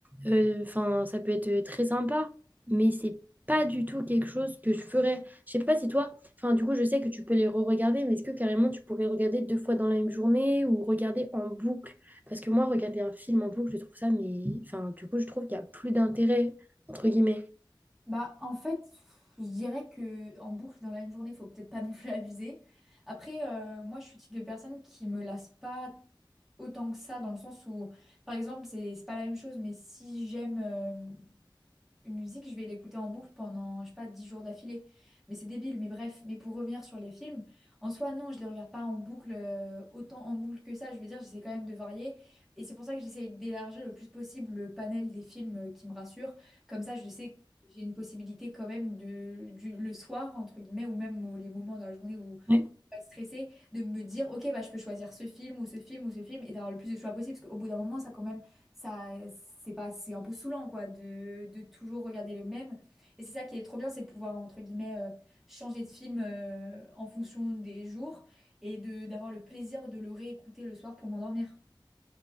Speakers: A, on the right; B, in the centre.
A: Euh, Enfin, ça peut être très sympa, mais c'est pas du tout quelque chose que je ferais. Je sais pas si toi, enfin, du coup, je sais que tu peux les re-regarder, mais est-ce que carrément tu pourrais regarder deux fois dans la même journée ou regarder en boucle? Parce que moi, regarder un film en boucle, je trouve ça, mais enfin, du coup, je trouve qu'il y a plus d'intérêt, entre guillemets.
B: Bah, en fait, pff, je dirais que en boucle dans la même journée, faut peut-être pas non plus <laughs> abuser. Après, euh, moi, je suis le type de personne qui me lasse pas autant que ça, dans le sens où, par exemple, c'est c'est pas la même chose, mais si j'aime. euh, une musique, je vais l'écouter en boucle pendant, je sais pas, 10 jours d'affilée. Mais c'est débile, mais bref. Mais pour revenir sur les films, en soi, non, je les regarde pas en boucle, euh, autant en boucle que ça. Je veux dire, j'essaie quand même de varier. Et c'est pour ça que j'essaie d'élargir le plus possible le panel des films euh, qui me rassurent. Comme ça, je sais que j'ai une possibilité quand même de, du, le soir, entre guillemets, ou même au- les moments de la journée où
A: Ouais.
B: pas être stressée de me dire, ok, bah, je peux choisir ce film ou ce film ou ce film et d'avoir le plus de choix possible. Parce qu'au bout d'un moment, ça, quand même, ça, c'est pas, c'est un peu saoulant, quoi, de, de toujours regarder le même. Et c'est ça qui est trop bien, c'est de pouvoir, entre guillemets, euh, changer de film euh, en fonction des jours et de, d'avoir le plaisir de le réécouter le soir pour m'endormir.